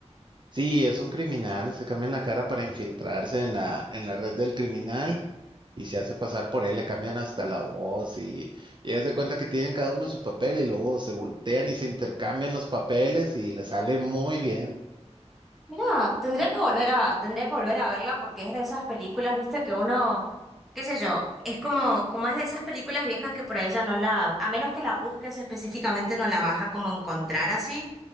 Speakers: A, on the right; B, in the centre.
A: Sí, es un criminal, se cambia la cara para infiltrarse en la, en la red del criminal y se hace pasar por él, le cambian hasta la voz y, y haz de cuenta que tienen cada uno su papel y luego se voltean y se intercambian los papeles y le sale muy bien.
B: Mira, tendría que volver a, tendría que volver a verla porque es de esas películas, viste, que uno, qué sé yo, es como, como es de esas películas viejas que por ahí ya no la, a menos que la busques específicamente, no la vas a como encontrar así.